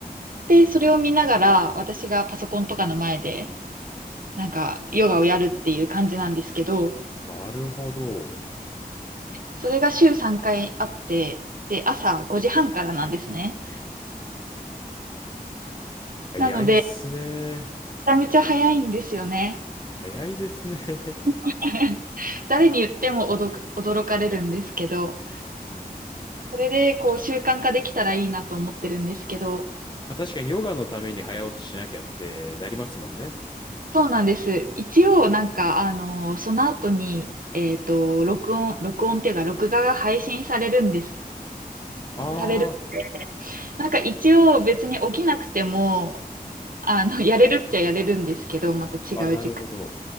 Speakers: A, on the right; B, on the left.
A: で、それを見ながら、私がパソコンとかの前で、なんか、ヨガをやるっていう感じなんですけど、
B: なるほど。
A: それが週3回あって、で、朝5時半からなんですね。
B: 早いっすね。
A: なので、めちゃめちゃ早いんですよね。
B: 早いですね。<laughs>
A: <laughs> 誰に言っても驚か驚かれるんですけど、
B: うん
A: これでこう習慣化できたらいいなと思ってるんですけど、
B: まあ確かにヨガのために早起きしなきゃってなりますもんね。
A: そうなんです。一応、なんか、あの、その後に、えっと、録音、録音っていうか、録画が配信されるんです。
B: あ
A: されるんで、なんか一応別に起きなくても、あの、<laughs> やれるっちゃやれるんですけど、また違う時間。
B: あ、あ、なるほど。